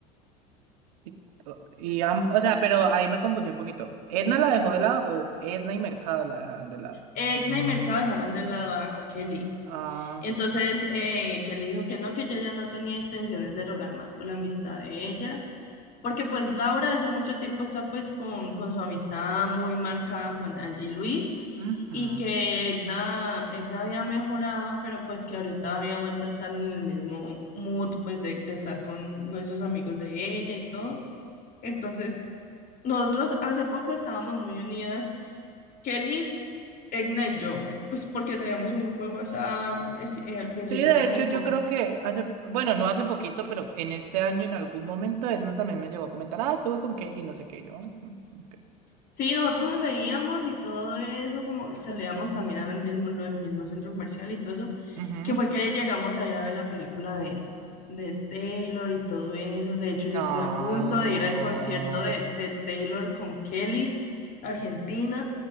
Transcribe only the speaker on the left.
Egna y Mercado dejaron de lado a, a Kelly.
Entonces, eh, que le dijo que no, que ella ya no tenía intenciones de rogar más por la amistad de ellas, porque pues Laura hace mucho tiempo está pues con, con su amistad muy marcada con Angie y Luis
y que Egna, Egna había mejorado, pero pues que ahorita había vuelto a estar en el mismo mood pues de, de estar con esos amigos de ella y todo. Entonces, nosotros hace poco estábamos muy unidas, Kelly. Egna y yo, pues porque teníamos un grupo de WhatsApp, es- eh, al principio
era
como
Sí, nosotros nos veíamos y todo eso, como salíamos también al mismo, del mismo centro comercial y todo eso,
que fue que llegamos a ir a ver la película de, de Taylor y todo eso. De hecho,
yo estoy a punto
de ir al concierto de, de Taylor con Kelly, Argentina,